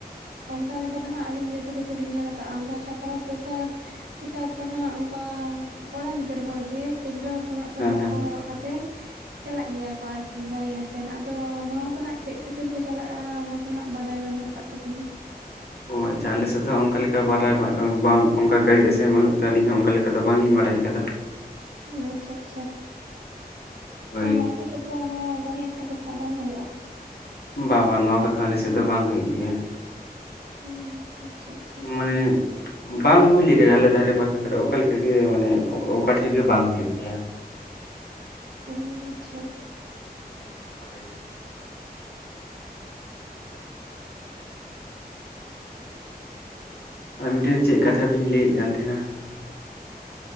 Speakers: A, on the right; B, on the left.
A: ᱚᱱᱠᱟ ᱞᱮᱠᱟ ᱛᱮ ᱦᱟᱸᱜ ᱟᱹᱞᱤᱧ ᱡᱚᱛᱚ ᱴᱩᱠᱩ ᱞᱤᱧ ᱧᱮᱞ ᱟᱠᱟᱜ-ᱟ ᱚᱱᱠᱟ ᱥᱟᱠᱨᱟᱛ ᱫᱚᱥᱟᱨ ᱛᱮᱥᱟᱨ ᱫᱚ ᱦᱟᱸᱜ ᱚᱱᱠᱟ ᱠᱚᱲᱟ ᱜᱤᱫᱽᱟᱹᱨ ᱦᱚᱲ ᱜᱮ ᱛᱤᱨᱞᱟᱹ ᱦᱚᱯᱚᱱᱟᱜ ᱥᱟᱯᱟᱵ
B: ᱦᱮᱸ ᱦᱮᱸ
A: ᱠᱚ ᱦᱚᱨᱚᱜ ᱠᱟᱛᱮᱫ ᱪᱟᱞᱟᱜ ᱜᱮᱭᱟ ᱠᱚ ᱟᱨᱠᱤ ᱜᱟᱹᱲᱤ ᱟᱥᱮᱱ ᱟᱫᱚ ᱱᱚᱣᱟ ᱫᱚ ᱦᱟᱸᱜ ᱪᱮᱫ ᱠᱷᱟᱹᱛᱤᱨ ᱠᱚ ᱪᱟᱞᱟᱜᱼᱟ ᱚᱱᱟ ᱫᱚ ᱦᱟᱸᱜ ᱵᱟᱰᱟᱭ ᱵᱟᱹᱱᱩᱜ ᱟᱠᱟᱫ ᱛᱟᱹᱞᱤᱧᱟ
B: ᱚ ᱟᱪᱪᱷᱟ ᱟᱞᱮ ᱥᱮᱫ ᱫᱚ ᱚᱱᱠᱟ ᱞᱮᱠᱟ ᱵᱟᱰᱟᱭ ᱵᱟᱝ ᱚᱱᱠᱟ ᱜᱟᱹᱲᱤ ᱟᱥᱮᱱ ᱵᱟᱹᱱᱩᱜ ᱛᱮ ᱟᱹᱞᱤᱧ ᱦᱚᱸ ᱚᱱᱠᱟ ᱞᱮᱠᱟ ᱟᱫᱚ ᱵᱟᱝ ᱞᱤᱧ ᱵᱟᱰᱟᱭ ᱠᱟᱫᱟ
A: ᱦᱚᱸ ᱟᱪᱪᱷᱟ ᱟᱪᱪᱷᱟ
B: ᱦᱳᱭ
A: ᱛᱟᱦᱚᱞᱮ ᱟᱯᱮ ᱥᱮᱫ ᱛᱚ ᱱᱚᱣᱟ ᱜᱟᱹᱲᱤ ᱟᱥᱮᱱ ᱠᱚ ᱫᱚ ᱦᱟᱜ ᱵᱟᱝ ᱦᱩᱭᱩᱜᱼᱟ᱾
B: ᱵᱟ ᱵᱟ ᱱᱚᱶᱟ ᱠᱚᱫᱚ ᱟᱞᱮᱥᱮᱫ ᱥᱮᱫ ᱫᱚ ᱵᱟᱝ ᱦᱩᱭᱩᱜ ᱜᱮᱭᱟ
A: ᱦᱩᱸ ᱟᱪᱪᱷᱟ ᱟᱪᱪᱷᱟ
B: ᱢᱟᱱᱮ ᱵᱟᱝ ᱦᱩᱭ ᱞᱮᱠᱟ ᱜᱮ ᱟᱞᱮ ᱫᱷᱟᱨᱮ ᱯᱟᱥᱮ ᱠᱚᱨᱮ ᱚᱠᱟ ᱞᱮᱠᱟᱜᱮ ᱢᱟᱱᱮ ᱚᱠᱟ ᱴᱷᱮᱡ ᱜᱮ ᱵᱟᱝ ᱦᱩᱭᱩᱜ ᱜᱮᱭᱟ
A: ᱦ ᱟᱪᱪᱷᱟ <unintelligible>
B: ᱦᱳᱭ
A: <unintelligible>
B: ᱟᱨ ᱢᱤᱫᱴᱮᱱ ᱪᱮᱫ ᱠᱟᱛᱷᱟ ᱵᱤᱱ ᱞᱟᱹᱭ ᱮᱫ ᱠᱟᱱ ᱛᱟᱦᱮᱸᱱᱟ